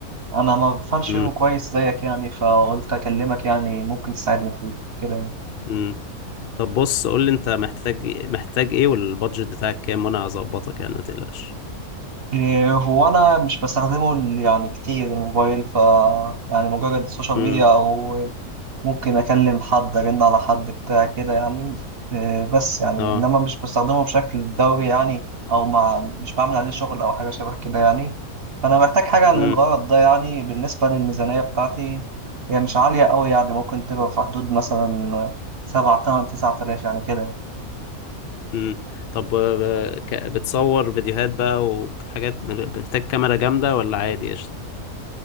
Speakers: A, on the right; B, on the left.
A: انا ما بفهمش
B: امم
A: فيهم كويس زيك يعني فقلت اكلمك يعني ممكن تساعدني في كده يعني.
B: امم طب بص قول لي انت محتاج إيه، محتاج ايه والبادجت بتاعك كام وانا هظبطك يعني ما تقلقش
A: إيه، هو انا مش بستخدمه يعني كتير الموبايل ف يعني مجرد السوشيال
B: امم
A: ميديا او ممكن اكلم حد ارن على حد بتاع كده يعني آه، بس يعني
B: اه
A: انما مش بستخدمه بشكل دوري يعني او مع مش بعمل عليه شغل او حاجه شبه كده يعني فانا محتاج حاجه للغرض
B: امم
A: ده يعني بالنسبه للميزانيه بتاعتي هي مش عاليه قوي يعني ممكن تبقى في حدود مثلا سبعة تمن تسعة آلاف يعني كده
B: امم طب آه، ك- بتصور فيديوهات بقى وحاجات محتاج كاميرا جامدة ولا عادي قشطة